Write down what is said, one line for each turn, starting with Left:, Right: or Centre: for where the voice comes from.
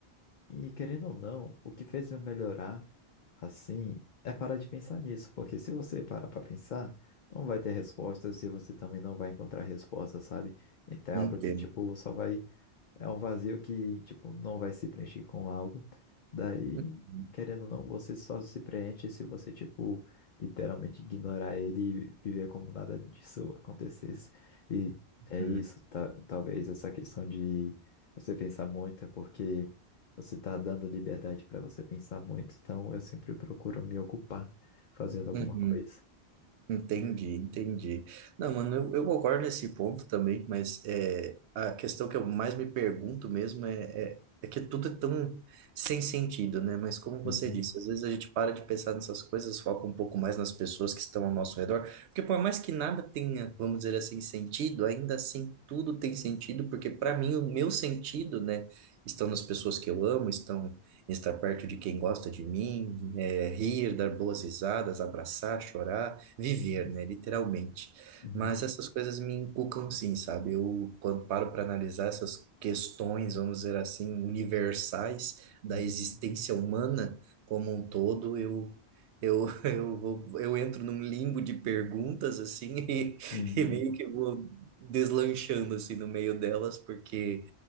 Left: e querendo ou não, o que fez eu melhorar assim é parar de pensar nisso, porque se você para para pensar, não vai ter respostas e você também não vai encontrar respostas, sabe? Então
Right: entendo.
Left: é algo que tipo só vai é um vazio que, tipo, não vai se preencher com algo. Daí,
Right: Uhum,
Left: querendo ou não, você só se preenche se você, tipo, literalmente ignorar ele e viver como nada disso acontecesse. E é
Right: uhum,
Left: isso, ta- talvez essa questão de você pensar muito é porque você tá dando liberdade para você pensar muito. Então, eu sempre procuro me ocupar fazendo alguma
Right: uhum.
Left: coisa.
Right: Entendi, entendi. Não, mano, eu, eu concordo nesse ponto também, mas é, a questão que eu mais me pergunto mesmo é, é, é que tudo é tão sem sentido, né? Mas como
Left: Uhum,
Right: você disse, às vezes a gente para de pensar nessas coisas, foca um pouco mais nas pessoas que estão ao nosso redor, porque por mais que nada tenha, vamos dizer assim, sentido, ainda assim tudo tem sentido, porque para mim o meu sentido, né, estão nas pessoas que eu amo, estão em estar perto de quem gosta de mim, é, rir, dar boas risadas, abraçar, chorar viver,
Left: uhum,
Right: né, literalmente.
Left: uhum,
Right: Mas essas coisas me inculcam sim, sabe? Eu, quando paro para analisar essas questões, vamos dizer assim, universais da
Left: uhum,
Right: existência humana como um todo, eu eu <laughs> eu vou, eu entro num limbo de perguntas assim <laughs> e,
Left: uhum,
Right: e meio que vou deslanchando assim no meio delas, porque